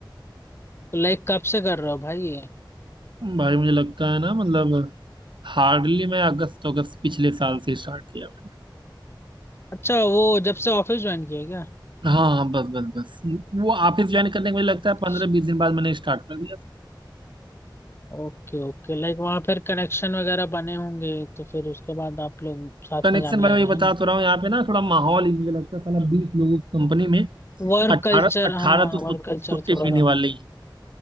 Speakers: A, on the left (about 30°); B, on the right (about 70°).
A: तो लाइक कब से कर रहे हो भाई ये
B: भाई मुझे लगता है ना मतलब हार्डली मैं अगस्त अगस्त पिछले साल से स्टार्ट किया मैंने
A: अच्छा वो जब से ऑफिस ज्वाइन किया है क्या
B: हाँ हाँ बस बस बस वो ऑफिस ज्वाइन करने के मुझे लगता
A: अच्छा,
B: है पंद्रह बीस दिन बाद मैंने स्टार्ट कर दिया था
A: ओके ओके लाइक वहाँ फिर कनेक्शन वगैरह बने होंगे तो फिर उसके बाद आप लोग साथ
B: कनेक्शन
A: में जाने
B: भाई वही
A: लगे है
B: बता
A: ना
B: तो रहा हूँ यहाँ पे ना थोड़ा माहौल ही मुझे लगता है साला बीस लोगों की कंपनी में अट्ठारह
A: वर्क कल्चर हाँ
B: अट्ठारह
A: हाँ
B: तो सु-
A: वर्क कल्चर
B: सुट्टी
A: थोड़ा
B: पीने
A: सा
B: वाले ही हैं